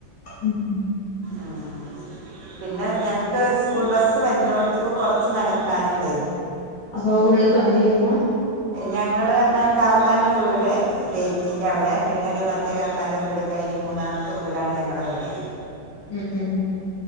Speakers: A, on the left; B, on the right.
A: ഉം
B: ആഹ് പിന്നെ ഞങ്ങ്ക്ക് സ്കൂൾ ബസ്സ് വര്നോട്ത്ത്ക്ക് കൊറ്ച്ച് ന്നട്ക്കാന്ണ്ടേ
A: അപ്പൊഉള്ള്ക്ക് വണ്ടി വര്ല്ലാ
B: ഞങ്ങള് പർഞ്ഞാകാക്കാൻന്റെവ്ട്. ഗെയ്റ്റിൻ്റ അവ്ടെപിന്നെ രു മറ്റേകാക്കാൻ്റെ വ്ടും കഴിഞ്ഞ് മൂന്നാമ്ത്തെ വ്ടാണ് ഞങ്ങെളെവീട്.
A: ഉം ഉം